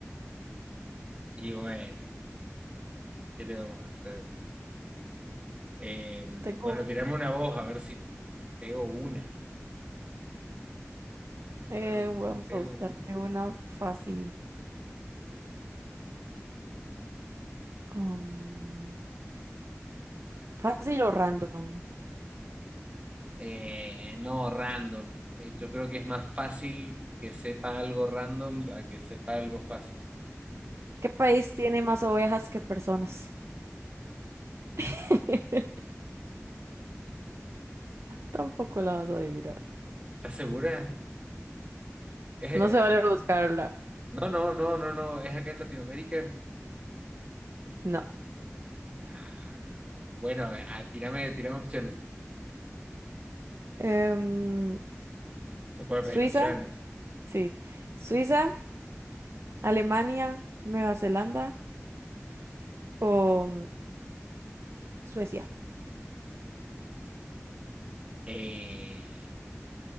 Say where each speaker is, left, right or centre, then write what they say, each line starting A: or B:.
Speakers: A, on the right (about 25°); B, on the right (about 60°).
A: Y bueno, ¿qué le vamos a hacer? Eh, bueno,
B: Tengo.
A: tirame una voz, a ver si pego una.
B: Eh,
A: A ver si
B: vamos
A: pego
B: a buscarte
A: una.
B: una fácil. Am, fácil o random.
A: Eh, no, random. Eh, yo creo que es más fácil que sepa algo random a que sepa algo fácil.
B: ¿Qué país tiene más ovejas que personas? <laughs> Tampoco la vas a adivinar.
A: ¿Estás segura? <laughs> Eh,
B: No se vale buscarla.
A: no, no, no, no, no. ¿Es acá en Latinoamérica?
B: No.
A: Ah, bueno, ah, tírame, tírame opciones.
B: Em,
A: Se puede pedir
B: Suiza,
A: opciones.
B: sí. Suiza,
A: Ok.
B: Alemania, Nueva Zelanda o mm, Suecia.
A: Eh,